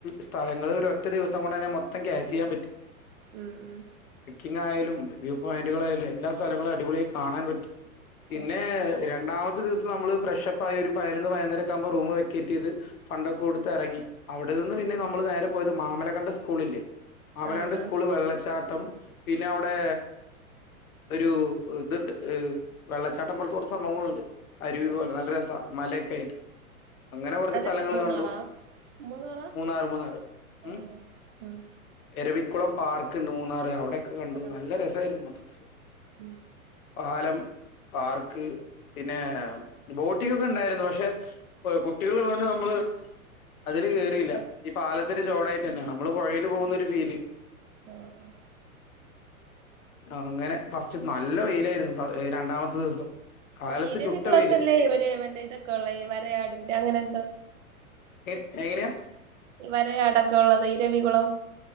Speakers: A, on the left (about 70°); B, on the right (about 55°).
A: സ്ഥലങ്ങള് ഒരോറ്റ ദിവസം കൊണ്ട് തന്നെ മൊത്തം ക്യാച്ച് ചെയ്യാൻ പ
B: ഉം ഉം
A: ങ്ങനെ ആയാലും വ്യൂ പോയിന്റുകളായാലും എല്ലാ സ്ഥലങ്ങളും അടിപൊളി ആഴി കാണാൻ പറ്റും പിന്നെ
B: ആഹ്
A: രണ്ടാമത്തെ ദിവസം നമ്മള് ഫ്രഷപ്പായിട്ടും പതിനൊന്ന് പയ്നോന്നരൊക്ക ആകുമ്പോ റൂമ് വെക്കേറ്റ്യ്ത് ഫണ്ടൊക്കെ കൊടുത്ത് എറങ്ങി അവിടെ നിന്ന് പിന്നെ നമ്മള് നേരെ പോയത് മാ ആമലകണ്ട് സ്കൂള്ല്ലേ ആമലകണ്ട്
B: ആഹ് ആഹ്
A: സ്കൂള് വെള്ളച്ചാട്ടം പിന്നെ അവിടെ ഒരു ഇത്ണ്ട് വെള്ളച്ചാട്ടം പോലെത്തെ സംഭവങ്ങള്ണ്ട് അരുവി പോലെ
B: ആഹ്
A: നല്ല രസാ മലയൊക്കെ ആയിട്ട് അങ്ങനെ കോർച്ച്
B: അതെവിടെ
A: സ്ഥലങ്ങള്
B: മൂന്നാറാ
A: കണ്ടു.
B: മൂന്നാറാ
A: മൂന്നാറ് മൂന്നാറ്
B: ആ
A: ഉം
B: ആ ഉം
A: എരവി ക്കുളം പാർക്ക്ണ്ട് മൂന്നാറ് അവിടെക്കെ കണ്ടു
B: ആ
A: നല്ല രസായിരുന്നു മൊത്തത്തില്
B: ഉം
A: പാലം പാർക്ക് പിന്നെ ബോ ട്ടി ഒക്കെ ഉണ്ടായിരുന്നു പക്ഷെ കുട്ടികൾ ഉള്ളത് കൊണ്ട് നമ്മള് അതില് കേറിയില്ല ഈ പാലത്തിന്റെ ചോടായിട്ട് തന്നെ നമ്മള് പോഴില് പോകുന്നൊരു ഫീല്
B: ആഹ് ആഹ്
A: അങ്ങനെ ഫസ്റ്റ് നല്ല വെയിലായിരുന്നു രണ്ടാമത്തെ ദിവസം കാലത്ത്
B: ഈ ഇരവികുളത്തല്ലേ
A: ചുട്ട വെയില്.
B: ഇവര് മറ്റേ ഇതൊക്കെ ഉള്ളെ ഈ വരയാടിന്റെ അങ്ങനെ എന്തോ
A: എ എങ്ങനെയാ
B: വരയാട് ഒക്കെ ഉള്ളത് ഇരവികുളം